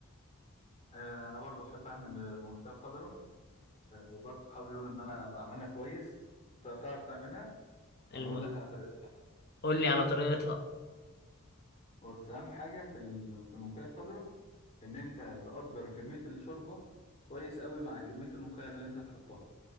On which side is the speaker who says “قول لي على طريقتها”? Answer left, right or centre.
Left